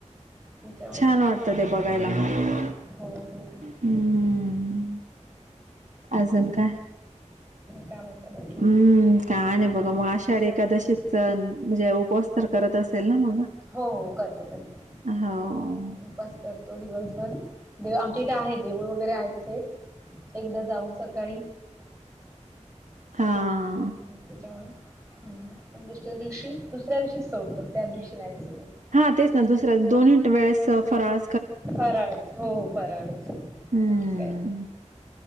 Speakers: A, on the right; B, on the right.
A: निश्च <unintelligible>
B: छान वाटतं ते बघायला मग.
A: हो हो
B: हम्म. अजून काय,
A: काय म्हणता बाकी
B: हम्म काय नाही बघा मग आषाढी एखादशी म्हणजे उपवास तर करत असेल ना मग?
A: हो हो करते करते.
B: हो.
A: उपास करतो दिवसभर आमच्या इथे आहे देऊळ वगैरे आहे इथे एकदा जाऊन सकाळी.
B: हा.
A: त्याच्यामुळे ह दुसऱ्या दिवशी, दुसऱ्या दिवशी सोडतो त्या दिवशी नाही सोडत.
B: हा तेच ना दुसऱ्या दोनट वेळेस फराळ
A: फराळच हो फराळच
B: हम्म.
A: ठीक आहे.